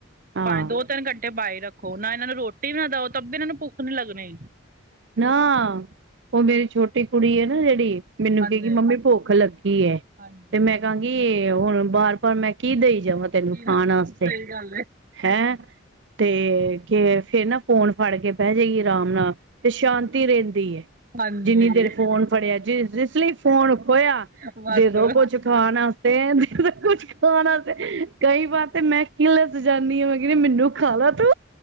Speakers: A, on the right (about 60°); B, on the right (about 45°).
A: ਹਾਂ
B: ਭਾਵੇ ਦੋ- ਤਿੰਨ ਘੰਟੇ ਬਾਈ ਰੱਖੋ ਨਾ ਏਨਾਂ ਨੂੰ ਰੋਟੀ ਵੀ ਨਾ ਦਓ ਤਭ ਏਨਾਂ ਨੂੰ ਭੁੱਖ ਨੀ ਲੱਗਣੀ।
A: ਨਾ, ਓ ਮੇਰੀ ਛੋਟੀ ਕੁੜੀ ਏ ਨਾ ਜੇੜੀ ਮੈਨੂੰ
B: ਹਾਂਜੀ
A: ਕਏਗੀ ਮੰਮੀ ਭੁੱਖ ਲੱਗੀ ਏ,
B: ਹਾਂਜੀ
A: ਤੇ ਮੈਂ ਕਾਂਂਗ ਗੀ ਹੁਣ ਬਾਰ -ਬਾਰ ਮੈਂ ਦੇਈ ਜਾਵਾਂ ਤੇਨੂੰ
B: ਕੀ
A: ਖਾਣ
B: ਸਹੀ
A: ਆਸਤੇ।
B: ਗੱਲ ਹੈ
A: ਹੈਂ, ਤੇ ਫੇਰ ਨਾ ਫੋਨ ਫੜ ਕੇ ਬੈਜੇ ਗੀ ਆਰਾਮ ਨਾ। ਤੇ ਸ਼ਾਂਤੀ ਰੈਂਦੀ ਏ।
B: ਹਾਂਜੀ
A: ਜਿੰਨੀ ਦੇਰ ਫੋਨ ਫੜਿਆ ਜਿਸ -ਜਿਸ ਲੈ ਈ ਫੋਨ ਖੋਇਆ
B: ਬਸ
A: ਦੇ ਦੋ ਕੁਛ ਖਾਣਾ। ਤੇ ਦੇ ਦੋ ਕੁਛ ਖਾਨ ਆਸੇ, ਕਈ ਵਾਰ ਤੇ ਮੈਂ ਕਿਲਸ ਜਾਨੀ ਆਂ ਮੈਂ ਕੈਨੀ ਮੈਨੂੰ ਖਾ ਲਾ ਤੂੰ।